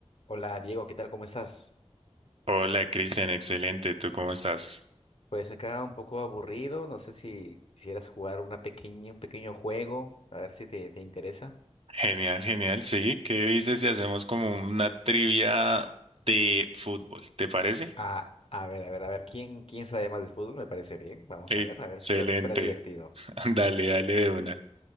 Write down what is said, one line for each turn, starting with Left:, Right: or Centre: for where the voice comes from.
Left: Hola Diego, ¿qué tal? ¿Cómo estás?
Right: Hola, Cristian, excelente. ¿Tú cómo estás?
Left: Pues acá un poco aburrido, no sé si quisieras jugar una pequeña, un pequeño juego, a ver si te, te interesa.
Right: Genial, genial. Sí, ¿qué dices si hacemos como una trivia de fútbol? ¿Te parece?
Left: Ah, a ver, a ver, a ver, ¿quién, quién sabe más de fútbol? Me parece bien, vamos
Right: Excelente.
Left: a ver, a ver, creo que suena divertido.
Right: <laughs> Dale, dale de una.